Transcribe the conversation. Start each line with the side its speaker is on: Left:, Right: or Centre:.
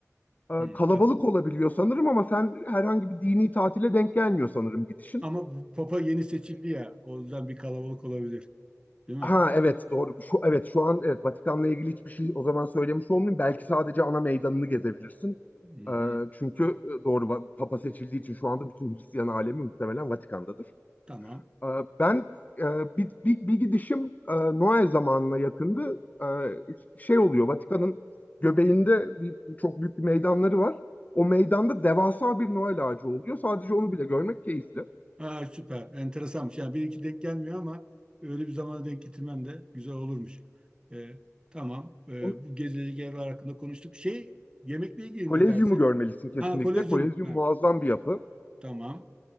Left: e,
Right: Hı,
Left: kalabalık
Right: tamam.
Left: olabiliyor sanırım ama sen herhangi bir dini tatile denk gelmiyor sanırım gidişin.
Right: Ama bu Papa yeni seçildi ya. O yüzden bir kalabalık olabilir. Değil
Left: Ha
Right: mi?
Left: evet doğru. Şu evet şu an evet Vatikan'la ilgili hiçbir şey o zaman söylemiş olmayayım. Belki sadece ana meydanını gezebilirsin.
Right: Hı hı.
Left: E, çünkü e, doğru va- Papa seçildiği için şu anda bütün Hristiyan alemi muhtemelen Vatikan'dadır.
Right: Tamam.
Left: Ee, Ben e, bir, bir, bir gidişim e, Noel zamanına yakındı. Ee, Şey oluyor Vatikan'ın göbeğinde bir, çok büyük bir meydanları var. O meydanda devasa bir Noel ağacı oluyor. Sadece onu bile görmek keyifli.
Right: Aa, süper. Enteresanmış. Yani benimki denk gelmiyor ama öyle bir zamana denk getirmem de güzel olurmuş. Ee, tamam. Ee,
Left: Onu-
Right: bu gezilecek evler hakkında konuştuk. Şey, yemekle ilgili
Left: Kolezyumu
Right: ne dersin?
Left: görmelisin kesinlikle.
Right: Ha, kolezyum.
Left: Kolezyum
Right: Ha,
Left: muazzam bir yapı.
Right: tamam.